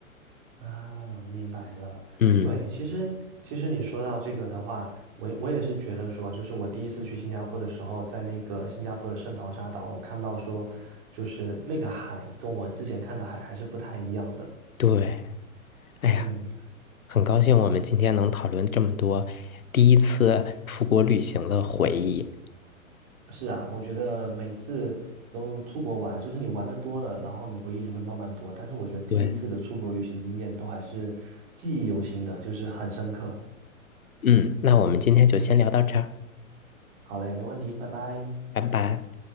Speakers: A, on the right; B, on the left.
A: 啊，明白了。
B: 嗯，
A: 对，其实其实你说到这个的话，我也我也是觉得说，就是我第一次去新加坡的时候，在那个新加坡的圣淘沙岛，我看到说，就是那个海跟我之前看的海还是不太一样的。
B: 对，哎呀，
A: 嗯，
B: 很高兴我们今天能讨论这么多第一次出国旅行的回忆。
A: 是啊，我觉得每次都出国玩，就是你玩的多了，然后你回忆就会慢慢多。但是我觉得第一次的出国旅行经验都还是记忆犹新的，
B: 对，
A: 就是很深刻。
B: 嗯，那我们今天就先聊到这儿。
A: 好嘞，没问题，拜拜。
B: 拜拜。